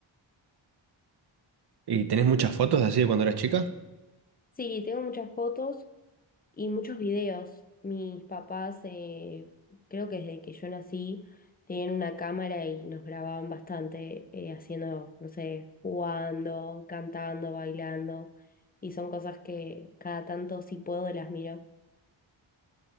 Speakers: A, on the right (about 50°); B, on the left (about 20°).
A: ¿Y tenés muchas fotos así de cuando eras chica?
B: Sí, tengo muchas fotos y muchos videos. Mis papás, eh, creo que desde que yo nací, tenían una cámara y nos grababan bastante eh, haciendo, no sé, jugando, cantando, bailando. Y son cosas que cada tanto, si puedo, las miro.